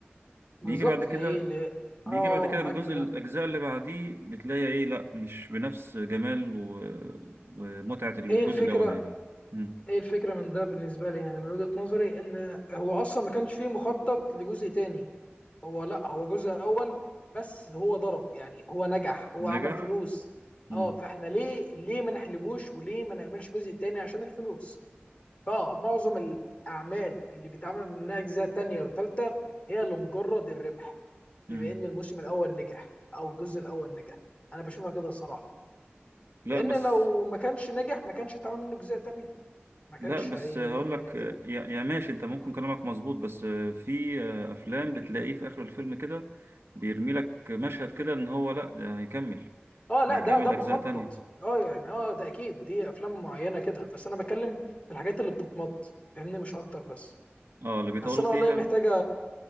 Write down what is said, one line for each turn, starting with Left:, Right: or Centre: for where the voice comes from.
Left: بالظبط
Right: بيجي بعد كده
Left: ليه ليه
Right: بيجي
Left: اه
Right: بعد كده
Left: معاك
Right: الجزء
Left: في ده
Right: الأجزاء اللي بعديه بتلاقي إيه لأ مش بنفس جمال و... ومتعة الجزء
Left: ايه الفكره
Right: الأولاني مم.
Left: ايه الفكره من ده بالنسبه لي يعني من وجهه نظري ان هو اصلا ما كانش فيه مخطط لجزء تاني هو لا هو جزء اول بس اللي هو ضرب يعني هو نجح هو
Right: نجح
Left: عمل فلوس
Right: مم.
Left: اه فاحنا ليه ليه ما نحلبوش وليه ما نعملش جزء تاني عشان الفلوس فمعظم الاعمال اللي بيتعمل منها اجزاء تانية وتالتة هي لمجرد الربح
Right: مم.
Left: بما ان الموسم الاول نجح او الجزء الاول نجح انا بشوفها كده الصراحة
Right: لأ
Left: لان
Right: بس
Left: لو ما كانش نجح ما كانش هيتعمل منه اجزاء تانية ما كانش
Right: لأ بس
Left: هي
Right: هقول لك
Left: كده
Right: يا... يا ماشي أنت ممكن كلامك مظبوط بس في أفلام بتلاقيه في آخر الفيلم كده بيرمي لك مشهد كده إن هو لأ ده هيكمل
Left: اه لا
Right: هيكمل
Left: ده ده مخطط
Right: أجزاء تانية
Left: اه يعني اه ده اكيد دي افلام معينه كده بس انا بتكلم في الحاجات اللي بتتمط فاهمني مش اكتر بس
Right: اه اللي بيطولوا
Left: بس انا
Right: فيها
Left: والله محتاجه